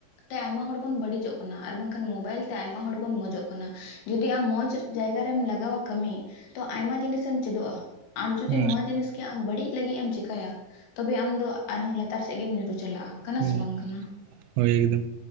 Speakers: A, on the left; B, on the right.
A: ᱛᱮ ᱟᱭᱢᱟ ᱦᱚᱲ ᱵᱚᱱ ᱵᱟᱹᱲᱤᱡᱚᱜ ᱠᱟᱱᱟ ᱟᱨ ᱵᱟᱝᱠᱷᱟᱱ ᱢᱳᱵᱟᱭᱤᱞ ᱛᱮ ᱟᱭᱢᱟ ᱦᱚᱲ ᱵᱚᱱ ᱢᱚᱡᱚᱜ ᱠᱟᱱᱟ᱾ ᱡᱩᱫᱤ ᱟᱢ ᱢᱚᱸᱡᱽ ᱨᱮ ᱡᱟᱭᱜᱟ ᱨᱮᱢ ᱞᱟᱜᱟᱣᱟ ᱠᱟᱹᱢᱤ ᱛᱚ ᱟᱭᱢᱟ ᱡᱤᱱᱤᱥᱮᱢ ᱪᱮᱫᱚᱜ-ᱟ᱾ ᱟᱨ ᱡᱩᱫᱤ
B: ᱦᱮᱸ
A: ᱱᱚᱣᱟ ᱡᱤᱱᱤᱥ ᱜᱮ ᱟᱢ ᱵᱟᱹᱲᱤᱡ ᱞᱟᱹᱜᱤᱜ ᱮᱢ ᱪᱮᱠᱟᱭᱟᱼᱼ ᱛᱚᱵᱮ ᱟᱢ ᱫᱚ ᱟᱨᱦᱚᱸ ᱞᱟᱛᱟᱨ ᱥᱮᱜ ᱜᱮᱢ ᱧᱩᱨᱩ ᱪᱟᱞᱟᱜ-ᱟ ᱠᱟᱱᱟ
B: ᱦᱩᱸ
A: ᱥᱮ ᱵᱟᱝ ᱠᱟᱱᱟ᱾
B: ᱦᱳᱭ ᱮᱠᱫᱚᱢ